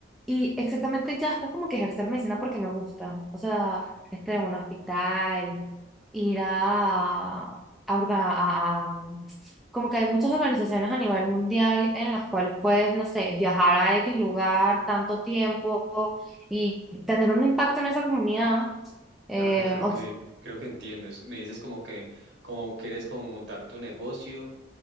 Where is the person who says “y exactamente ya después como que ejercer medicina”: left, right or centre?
Centre